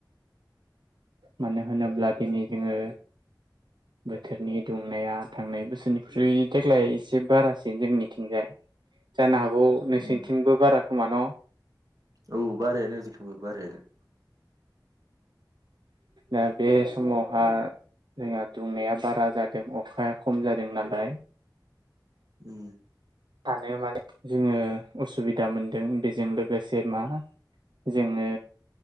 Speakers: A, on the right; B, on the right.
A: <inaudible>
B: मानो होनोब्ला दिनै जोङो बोथोरनि दुंनाया थांनाय बोसोरनिख्रुइ देग्लाय एसे बारासिन जोंनिथिंजाय जानो हागौ नोंसोरनिथिंबो
A: उम
B: बारा खोमा न
A: औ बारायानो जोंनिथिंबो बारायानो
B: दा बे समावहा जोंहा दुंनाया बारा जादों अखाया खम जादों नालाय
A: उम
B: थानो माने जोङो उसुबिदा मोनदों बेजों लोगोसे मा जोङो